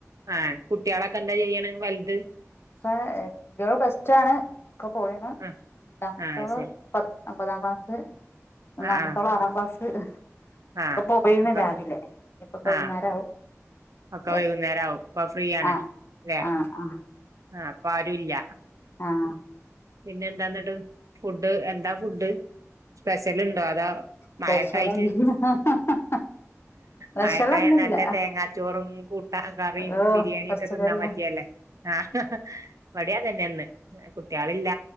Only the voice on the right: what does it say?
ആഹ് കുട്ടിയളൊക്കെ എന്താ ചെയ്യണ് വൽത്
ആഹ്
ആഹ് ശരി
ആഹ് ആഹ്
ആഹ്
അപ്പൊ
ആഹ്
ഒക്കെ
വൈകുന്നേര ആവും ഇപ്പ ഫ്രീ ആണ്
ല്ലേ
ആഹ് ഇപ്പൊ ആരുല്ല
പിന്നെ എന്താന്നിട്ട് ഫുഡ് എന്താ ഫുഡ് സ്പെഷ്യല് ഉണ്ടോ അതോ
മഴക്കായിട്ട്
മഴക്കായണ്ട് നല്ല തേങ്ങാ ചോറും കൂട്ടാ കറിയും
ബിരിയാണിയ
ഒക്കെ തിന്നാൻ പറ്റിയല്ലേ ആഹ് ആഹാ ഇബാടിം അതന്നെയ ഇന്ന് കുട്ടികളില്ല